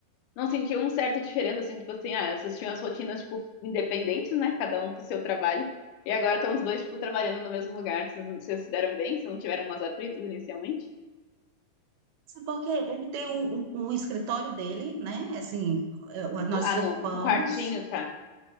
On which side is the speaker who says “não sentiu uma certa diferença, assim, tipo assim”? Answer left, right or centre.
Left